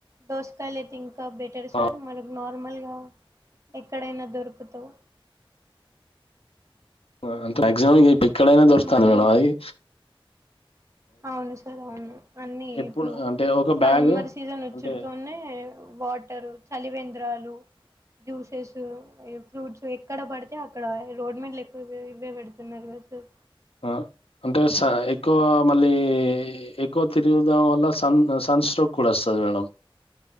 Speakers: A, on the right; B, on the left.
A: దోసకాయలు అయితే ఇంకా బెటర్
B: ఆ,
A: సార్ మన న నార్మల్గా ఎక్కడైనా దొరుకు కొతగా
B: ఆ గంత రాయ్ జోయ్ రేప్ ఎక్కడైనా దొరుకుతండ్రు
A: మనం
B: గద ఆడ ఆగి
A: అవును సార్ అవును, అన్ని
B: ఎప్పుడు
A: ఇప్పుడు
B: అంటే ఒక
A: సమ్మర్
B: బ్యాగ్
A: సీజన్ ఒచ్చుడుతోనే
B: అంటే
A: వాటరు, చలివేంద్రాలు. జ్యూసెస్, ఇగ ఫ్రూట్స్ వెట్ ఎక్కడ పడితే అక్కడ ఇ రోడ్ మీల్ల ఎక్కువ ఇవే వెడుతున్నరు గద సార్.
B: అ అంటే స ఎక్కువ మళ్ళీ ఎక్కువ తిరుగుదం వల్ల సన్ సన్ స్ట్రోక్ కూడా ఒస్తది మేడం.